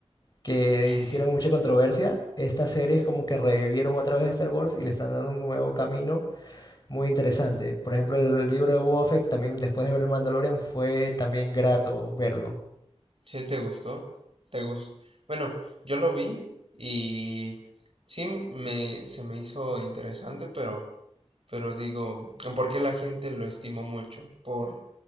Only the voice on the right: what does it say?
<laughs>
¿Sí te gustó? ¿Te gus- Bueno, yo lo vi y sí me, se me hizo interesante, pero, pero digo, ¿por qué la gente lo estimó mucho? ¿Por,